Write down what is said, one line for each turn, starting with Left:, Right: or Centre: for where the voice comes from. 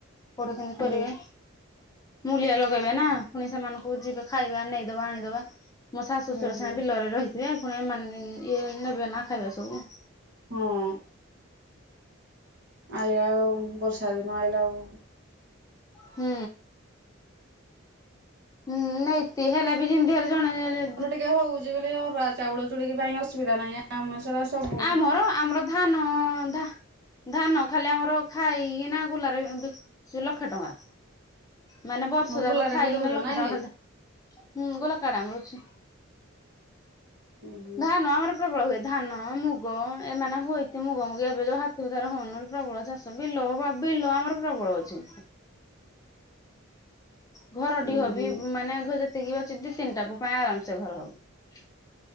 Left: ପଢ କିି
Right: ହୁଁ
Left: କରିବେ ମୁଲିଆ ଲଗେଇବେ ନାଁ। ପୁଣି ସେମାନଙ୍କୁ ଯିବେ ଖାଇବା ନେଇଦବା ଆଣିଦବା ମୋ ଶାଶୁ
Right: ହୁଁ
Left: ଶଶୁର
Right: ହୁଁ
Left: ସିନା ବିଲରେ ରହି ଇ ଏ ପୁଣି ଏମାନେ ଇଏ ନେବେ ନାଁ ଖାଇବା ସବୁ।
Right: ହଁ ଆଇଲା ଆଉ ବର୍ଷାରେ ନ ଆଇଲା ଆଉ।
Left: ହୁଁ ହୁଁ ନାଇ ଯିଏ ହେଲେ ବି ଯେମିତିରେ ଜଣେ
Right: ଇଏ ହଉଚି ବୋଲି ଅରୁଆ ଚାଉଳ ଚୁରୁକି ପାଇଁ ଅସୁବିଧା ନାହିଁ ଆଉ। ଆମେ ସିନା ସବ୍
Left: ଆମର ଆମର ଧାନ ଧା ଧାନ ଖାଲି ଆମର ଖାଇକି ନାଁ କୁଲାରେ ଲକ୍ଷେ ଟଙ୍କା। ମାନେ ବର୍ଷ ଯାକ
Right: ଗୁଲାରେ
Left: ଖାଇକିନା
Right: ବି ଦଉଛ
Left: ଲକ୍ଷ
Right: ନାଇଁ
Left: ଟଙ୍କାଖା
Right: କି?
Left: ହୁଁ ଗୋଲା କାଡା ଆମର ଅଛି
Right: ଉଁ ହୁଁ
Left: ଧାନ ଆମର ପ୍ରବଳ ହୁଏ। ଧାନ ମୁଗ ଏମାନେ ହୁଇତ ମୁଗ ମୁଗ ଏବେ ଯୋଉ ହାତୀଉ ଧାର ହଉନହଲେ ପ୍ରବଳ ଚାଷ। ତବିଲୋ ବିଲ ଆମର ପ୍ରବଳ ଅଛି‌। ଘରଢ଼ିହବି
Right: ଉଁ ହୁଁ
Left: ମାନେ ଆଙ୍କ ଯେତିକି ବି ତିନିଟା ପୁଅ ଆରାମସ ଘର ହବ।